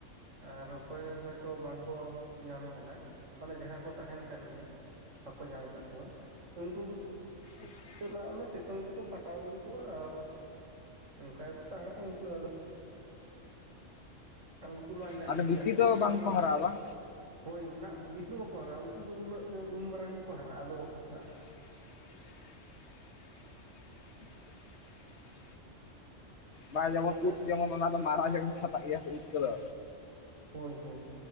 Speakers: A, on the right; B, on the left.
A: ᱟᱨ ᱚᱠᱚᱭ ᱦᱚᱭᱛᱚ ᱵᱟᱝᱠᱚ ᱧᱟᱢ ᱟᱠᱟᱱᱟ᱾ ᱢᱟᱱᱮ ᱡᱟᱦᱟᱸ ᱠᱚ ᱛᱟᱦᱮᱱ ᱠᱟᱱ ᱜᱮᱭᱟ ᱵᱟᱠᱚ ᱧᱟᱢ ᱟᱠᱟᱫ ᱠᱚᱣᱟ ᱩᱱᱠᱩ ᱠᱚᱫᱚ
B: ᱟᱪᱪᱷᱟ,
A: ᱩᱱᱠᱩ ᱱᱟᱜ ᱚᱱᱮ ᱥᱤᱛᱩᱝ ᱛᱮᱠᱚ ᱯᱷᱟᱴᱟᱣ ᱜᱤᱲᱤ ᱠᱚᱜᱼᱟ ᱾ ᱟᱨ, ᱚᱱᱠᱟ ᱜᱮᱠᱚ ᱛᱟᱦᱮᱸ ᱠᱚ ᱩᱱᱠᱩ ᱟᱫᱚ ᱟᱨ ᱩᱱᱠᱩ ᱢᱟ ᱱᱟᱜ
B: ᱢᱟᱱᱮ
A: ᱠᱷᱟᱱ
B: ᱵᱮᱥᱤ
A: ᱡᱟᱹᱥᱛᱤᱱ
B: ᱫᱚ ᱵᱟᱝᱠᱚ
A: ᱠᱚ
B: ᱦᱟᱨᱟᱜᱼᱟ ᱵᱟᱝ?
A: ᱦᱳᱭ ᱱᱟᱜ ᱵᱤᱥ ᱫᱚ ᱵᱟᱠᱚ ᱦᱟᱨᱟᱜᱼᱟ᱾ ᱩᱱᱠᱩ ᱫᱚ ᱩᱱᱟᱹᱜ ᱜᱮ ᱩᱱ ᱢᱟᱨᱟᱨᱟᱝ ᱜᱮᱠᱚ ᱦᱟᱨᱟᱜᱼᱟ ᱟᱫᱚ ᱵᱟᱠᱚ ᱦᱟᱨᱟᱜᱼᱟ᱾
B: <inaudible>
A: <inaudible>
B: ᱵᱟ ᱡᱮᱢᱚᱱ
A: ᱜᱚᱢᱠᱮ
B: ᱩᱫ ᱡᱮᱢᱚᱱ ᱚᱱᱟ ᱫᱚ ᱢᱟᱨᱟᱜ ᱡᱮᱢᱚᱱ ᱪᱷᱟᱛᱟᱜ ᱜᱮᱭᱟ ᱾ ᱩᱫ ᱠᱚᱫᱚ
A: ᱦᱳᱭ ᱦᱳᱭ